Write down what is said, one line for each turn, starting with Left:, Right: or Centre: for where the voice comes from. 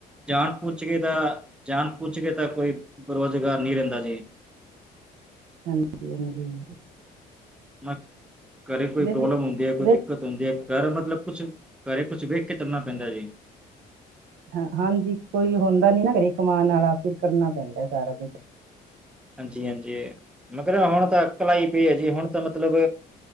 Centre: ਜਾਣ ਪੁੱਛ ਕੇ ਤਾਂ ਜਾਣ ਪੁੱਛ ਕੇ ਤਾਂ ਕੋਈ ਬੇਰੋਜ਼ਗਾਰ ਨਹੀਂ ਰਹਿੰਦਾ ਜੀ।
Right: ਹਾਂਜੀ, ਹਾਂਜੀ ਹ
Centre: ਮ ਘਰੇ ਕੋਈ
Right: ਵੈਸੇ
Centre: ਪ੍ਰੋਬਲਮ ਹੁੰਦੀ ਹੈ, ਕੋਈ
Right: ਵੈਸੇ
Centre: ਦਿੱਕਤ ਹੁੰਦੀ ਆ ਘਰ ਮਤਲਬ ਕੁਛ ਘਰ ਕੁਛ ਵੇਖ ਕੇ ਚੱਲਣਾ ਪੈਂਦਾ ਜੀ
Right: ਹ ਹਾਂਜੀ! ਕੋਈ ਹੁੰਦਾ ਨੀ ਨਾ ਘਰੇ ਕਮਾਉਣ ਨਾਲਾ, ਫਿਰ ਕਰਨਾ ਪੈਂਦਾ ਸਾਰਾ ਕੁਛ
Centre: ਹਾਂਜੀ! ਹਾਂਜੀ! ਮਗਰ ਹੁਣ ਤਾਂ ਅਕਲ ਆਈ ਪਈ ਹੈ ਜੀ, ਹੁਣ ਤਾਂ ਮਤਲਬ